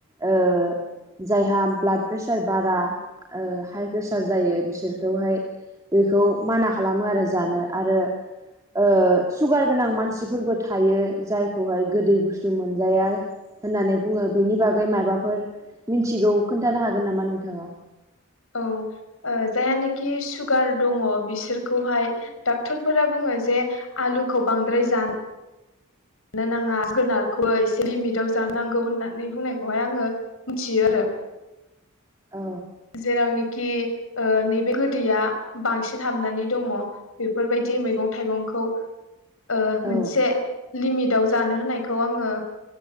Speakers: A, on the right; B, on the left.
A: ओ जायहा ब्लाड प्रेसार बारा! ओ हाइ प्रेसार जायो बिसोरखौहाय बेखौ माना खालामो आरो जानो आरो ओ सुगार गोनां मानसिफोरबो थायो जायखौहाय गोदै बुस्थु मोनजाया! होननानै बुङो बेनि बागै माबाफोर मिथिगौ खोन्थानो हागोन नामा नोंथाङा?
B: औ ओ जायहानिखि सुगार दङ बिसोरखौहाय डक्टरफोरा बुङो जे आलुखौ बांद्राय जानो जानो नाङा जोगोनारखौ एसे लिमिटाव जानो नांगौ होननानै बुंनायखौहाय आङो मिथियो आरो
A: औ
B: जेरावनि खि ओ नैबे गोदैया बांसिन हाबनानै दङ बेफोरबायदि मैगं थाइगं खौ खौ ओ
A: औ
B: मोनसे - लिमिटआव जानो होनायखौ आङो